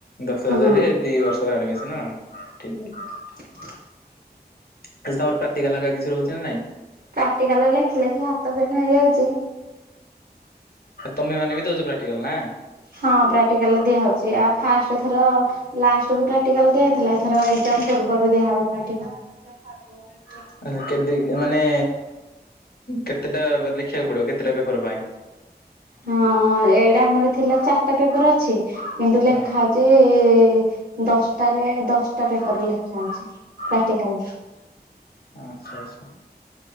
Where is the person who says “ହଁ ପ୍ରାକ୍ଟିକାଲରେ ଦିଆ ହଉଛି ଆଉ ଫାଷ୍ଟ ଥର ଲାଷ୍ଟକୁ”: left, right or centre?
Right